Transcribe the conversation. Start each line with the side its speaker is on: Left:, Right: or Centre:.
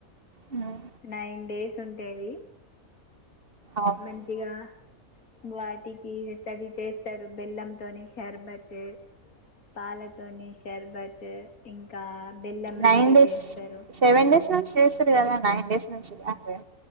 Right: ఉమ్
Left: నైన్ డేస్ ఉంటేది
Right: అవును
Left: మంచిగా వాటికి చదివి చేస్తారు బెల్లంతోని షర్బత్ పాలతోని షర్బత్ ఇంకా బెల్లం
Right: నైన్
Left: రొట్టె
Right: డేస్
Left: చేస్తారు
Right: సెవెన్ డేస్ చేస్తారు కదా నైన్ డేస్ నుంచి కదా